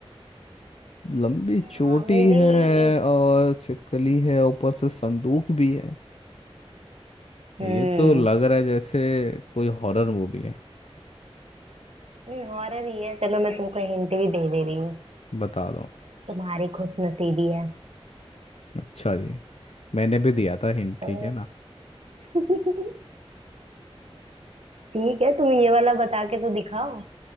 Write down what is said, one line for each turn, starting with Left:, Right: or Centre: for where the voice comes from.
Left: लंबी चोटी
Right: हाँ मूवी
Left: है
Right: एक
Left: और छिपकली है ऊपर से संदूक भी है
Right: हम्म
Left: ये तो लग रहा है जैसे कोई हॉरर मूवी है
Right: हॉरर ही है चलो मैं तुमको हिंट भी दे दे रही हूँ
Left: बता दो
Right: तुम्हारी खुश नसीबी है
Left: अच्छा जी मैंने भी दिया था हिंट
Right: तो
Left: ठीक है ना
Right: <laughs> ठीक है तुम ये वाला बता के तो दिखाओ